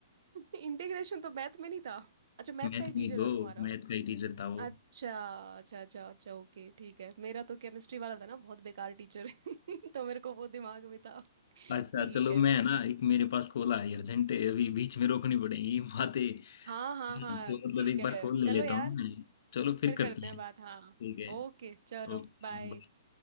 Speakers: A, on the right; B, on the left.
A: इंटीग्रेशन <laughs> तो मैथ में नहीं था अच्छा मैथ
B: मैथ
A: का ही टीचर
B: में दो
A: था तुम्हारा
B: मैथ का ही टीचर था वो
A: अच्छा अच्छा अच्छा अच्छा ओके ठीक है मेरा तो केमिस्ट्री वाला था ना बहुत बेकार टीचर है <laughs> तो मेरे को वो दिमाग में था
B: अच्छा
A: ठीक
B: चलो
A: है
B: मैं है ना एक मेरे पास खोला है अर्जेंट अभी बीच में रोकनी पड़ेगी ये बातें
A: हाँ
B: तो
A: हाँ हाँ
B: मतलब
A: ठीक
B: एक
A: है
B: बार खोल
A: चलो
B: ले लेता
A: यार
B: हूँ मैं चलो फिर
A: फिर
B: करते
A: करते
B: हैं
A: हैं बात हाँ
B: ठीक है
A: ओके चलो
B: ओके
A: बाय